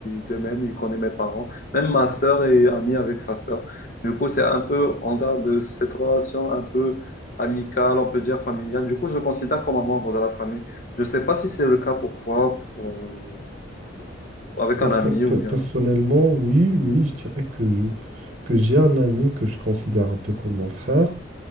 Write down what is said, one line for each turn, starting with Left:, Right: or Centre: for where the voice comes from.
Left: de même, il connaît mes parents. Même ma sœur est amie avec sa sœur. Du coup, c'est un peu, on garde cette relation un peu amicale, on peut dire familiale. Du coup, je le considère comme un membre de la famille. Je ne sais pas si c'est le cas pour toi, pour, euh, avec
Right: Bah,
Left: un ami
Right: pe- pe-
Left: ou bien.
Right: Personnellement, oui, oui, je dirais que, je- que j'ai un ami que je considère un peu comme mon frère.